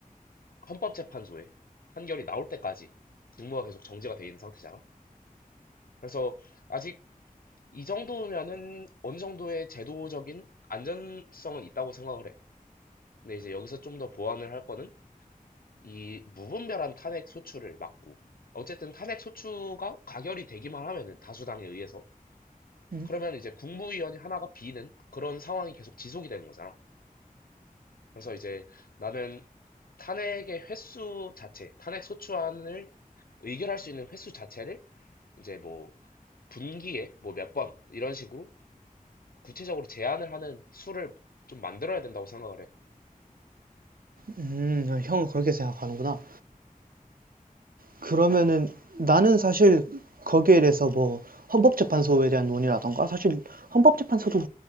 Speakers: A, on the left; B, on the right.
A: 헌법재판소에 판결이 나올 때까지 직무가 계속 정지가 돼 있는 상태잖아. 그래서 아직 이 정도면은 어느 정도의 제도적인 안전성은 있다고 생각을 해. 근데 이제 여기서 좀 더 보완을 할 거는 이 무분별한 탄핵 소추를 막고 어쨌든 탄핵 소추가 가결이 되기만 하면은 다수당에 의해서
B: 음,
A: 그러면 이제 국무위원이 하나가 비는 그런 상황이 계속 지속이 되는 거잖아. 그래서 이제 나는 탄핵의 횟수 자체, 탄핵 소추안을 의결할 수 있는 횟수 자체를 이제 뭐 분기에 뭐 몇 번 이런 식으로 구체적으로 제한을 하는 수를 좀 만들어야 된다고 생각을 해.
B: 음, 형은 그렇게 생각하는구나. 그러면은 나는 사실 거기에 대해서 뭐 헌법재판소에 대한 논의라던가 사실 헌법재판소도